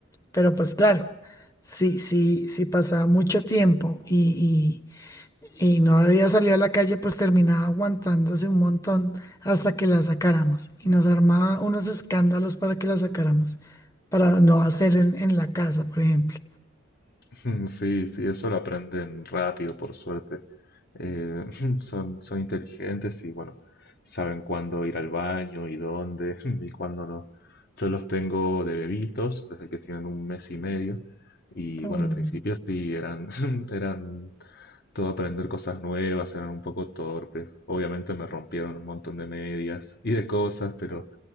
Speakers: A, on the left; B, on the left.
A: Pero pues claro, si, si, si pasaba mucho tiempo y, y, y no había salido a la calle, pues terminaba aguantándose un montón hasta que la sacáramos. Y nos armaba unos escándalos para que la sacáramos, para no hacer en, en la casa, por ejemplo.
B: <laughs> Mm, Sí, sí, eso lo aprenden rápido, por suerte. Eh, <laughs> son, son inteligentes y bueno, saben cuándo ir al baño y dónde <laughs> y cuándo no. Yo los tengo de bebitos desde que tienen un mes y medio y
A: Mm.
B: bueno, al principio sí eran, <laughs> eran todo aprender cosas nuevas, eran un poco torpes. Obviamente me rompieron un montón de medias y de cosas, pero